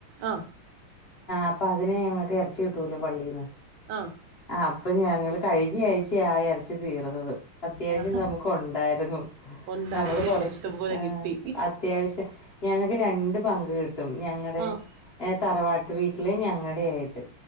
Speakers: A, on the right; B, on the left.
A: ആഹ്
B: അപ്പൊ അതിന് ഞങ്ങൾക്ക് ഇറച്ചി കിട്ടൂല്ലോ പള്ളിന്ന്
A: ആഹ്
B: ആ അപ്പൊ ഞങ്ങള് കഴിഞ്ഞ ആഴ്ച്ചയാ ആ ഇറച്ചി തീർന്നത് അത്യാവശ്യം
A: ആഹ് ആഹ്
B: നമ്മുക്ക് ഉണ്ടായിരുന്നു
A: ഉണ്ടായിരുന്നില്ല
B: നമ്മള് കൊറച്ച്
A: ഇഷ്ടം പോലെ
B: ആ
A: കിട്ടി
B: അത്യാവശ്യം ഞങ്ങൾക്ക് രണ്ട് പങ്ക് കിട്ടും ഞങ്ങളുടെ
A: ആഹ്
B: തറവാട്ട് വീട്ടില് ഞങ്ങളുടെ ആയിട്ട്